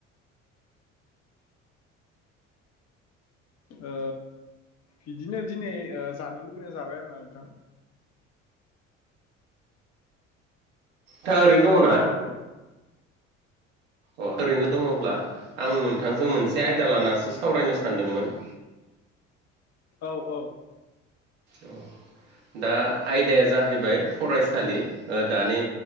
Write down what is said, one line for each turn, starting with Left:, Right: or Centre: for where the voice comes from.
Right: <inaudible>
Left: ओ बिदिनो दिनै ओ जानो लुगैना जाबाय आरो ना नोंथां।
Right: दा ओरैनो दङ ना?
Left: औ औ
Right: अ ओरैनो दङब्ला आं नोंथांजों मोनसे आयदा लानासो सावरायनो सानदोंमोन <inaudible>
Left: औ औ
Right: <inaudible> दा आयदाया जाहैबाय फरायसालि ओ दानि